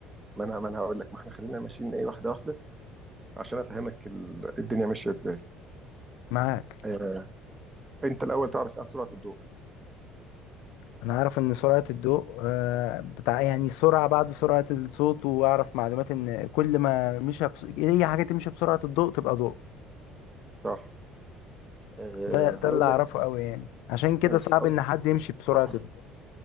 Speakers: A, on the right; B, on the left.
A: ما انا ما انا هقول لك ما احنا خلينا ماشيين ايه واحده واحده عشان افهمك ال- الدنيا ماشيه ازاي
B: معاك
A: آه. انت الاول تعرف عن سرعه الضوء
B: انا اعرف ان سرعه الضوء آه، بتاع يعني سرعه بعد سرعه الصوت واعرف معلومات ان كل ما مشى بس... اي حاجه تمشي بسرعه الضوء تبقى ضوء
A: صح آه.
B: ده
A: هقول
B: ده اللي اعرفه
A: لك
B: قوي يعني عشان كده
A: ماشي
B: صعب
A: هقول
B: ان حد يمشي بسرعه
A: <coughs>
B: الضوء